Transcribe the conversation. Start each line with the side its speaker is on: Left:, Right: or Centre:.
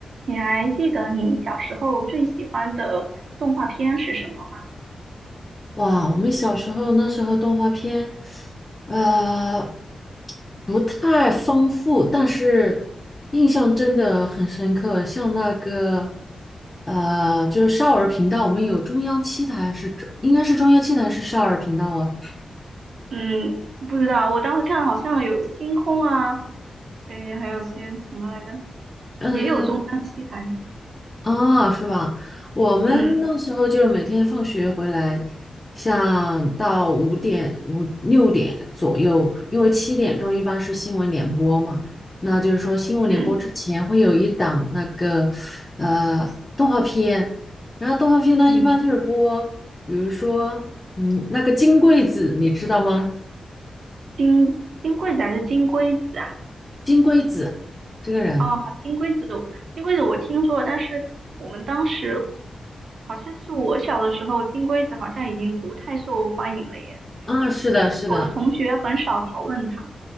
Right: 你还记得你小时候最喜欢的动画片是什么吗？
Left: 哇，我们小时候那时候动画片，呃，不太丰富，但是印象真的很深刻。像那个，呃，就是少儿频道，我们有中央七台是中，应该是中央七台是少儿频道啊。
Right: 嗯，不知道，我当时看好像有星空啊，诶，还有些什么来着，
Left: 呃
Right: 也有中央七台。
Left: 啊，是吧？我们那时候就是每天放学回来，
Right: 嗯
Left: 像到五点、五六点左右，因为七点钟一般是新闻联播嘛，那就是说新闻联播之前会有一档那个呃动画片，
Right: 嗯
Left: 然后动画片呢一般就是播，
Right: 嗯，
Left: 比如说嗯那个金龟子，你知道吗？
Right: 金金龟子还是金龟子啊？
Left: 金龟子这个人
Right: 哦，金龟子，金龟子我听说了，但是我们当时好像是我小的时候，金龟子好像已经不太受欢迎了耶。我觉得
Left: 啊，是的，是的，
Right: 我的同学很少讨论它。